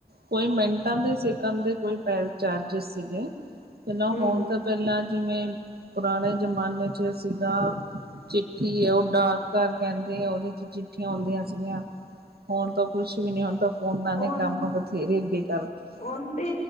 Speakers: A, on the right; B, on the left.
A: ਕੋਈ ਮਿੰਟਾਂ ਦੇ ਸ ਕਾਮ ਦੇ ਕੋਈ ਪੈ ਚਾਰਜਿਸ ਸੀਗੇ ਪਹਿਲਾਂ
B: ਹੂੰ
A: ਹੁਣ ਤਾਂ ਪਹਿਲਾਂ ਜਿਵੇਂ ਪੁਰਾਣੇ ਜ਼ਮਾਨੇ ਚ ਸੀਗਾ। ਕੀ ਉਹ ਡਾਕ ਘਰ ਕਹਿੰਦੇ ਆ ਉਹਦੇ ਚ ਚਿੱਠੀਆਂ ਆਉਂਦੀਆਂ ਸੀਗੀਆਂ ਹੁਣ ਤਾਂ ਕੁਛ। <unintelligible>
B: ਹੁਣ ਹੁਣ ਤੇ